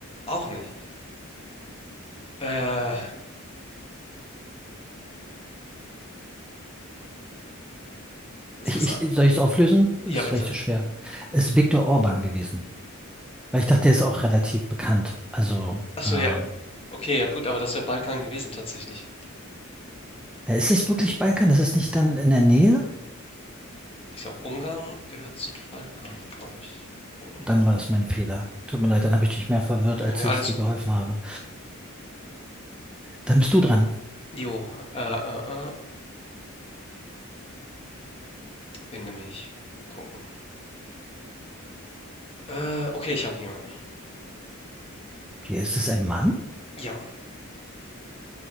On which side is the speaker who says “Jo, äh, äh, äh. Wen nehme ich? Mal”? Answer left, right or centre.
Left